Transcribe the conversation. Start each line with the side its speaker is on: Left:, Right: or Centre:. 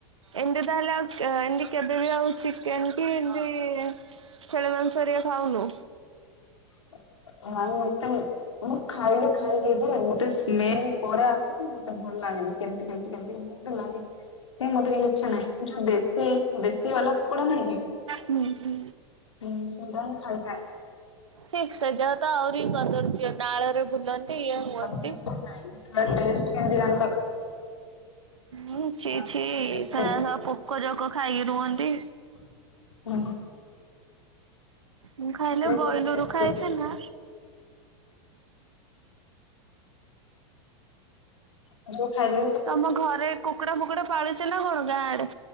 Right: ଏମିତି ତାହଲେ ଆଉ ଏ ଏମିତି କେବେ ବି ଆଉ ଚିକେନ କି <unintelligible> ଛେଳି ମାଂସ ଘରିକା ଖାଉନୁ?
Left: <unintelligible> ମୁଁ ଖାଇଲେ ଖାଇଦିଏଯେ, ମତେ ସ୍ମେଲ୍ ପରେ ଆସନ ମୁଁଇତ ଭଲ ଲାଗେନି କେମିତି କେମିତି କେମତି ଲାଗେ ମତେ ଟିକେ ଇଚ୍ଛା ନାହିଁ ଯୋଉ ଦେଶୀ ଦେଶୀ ବାଲା କୁକୁଡ଼ା ନାଇଁ କି?
Right: ହୁଁ ହୁଁ।
Left: ହୁଁ। ସେଗୁଡ଼ା ଖାଇଯାଏ।
Right: ଛି, ସେ ଜାଗାତ ତ ଆହୁରି କଦର୍ଯ୍ୟ। ନାଳରେ ବୁଲନ୍ତି, ଇଏ ହୁଅନ୍ତି।
Left: ନାଇଁ ସେଟା ଟେଷ୍ଟ କେମିତି ଜାଣିଛ ନା
Right: ହୁଁ,
Left: ପୁରା
Right: ଛି
Left: ବହୁତ
Right: ଛି
Left: ଟେଷ୍ଟି।
Right: ସେଯାକ ସବୁ ପୋକ ଜୋକ ଖାଇକି ରୁହନ୍ତି।
Left: <unintelligible>
Right: ମୁଁ ଖାଇଲେ ବଏଲରୁ
Left: ପୁରା ଟେଷ୍ଟି
Right: ଖାଏ ସିନା।
Left: <unintelligible> ଖାଇଲି
Right: ତମ ଘରେ କୁକୁଡା ଫୁକୁଡା ପାଳୁଚ ନା କଣ ଗାଁ ଆଡେ?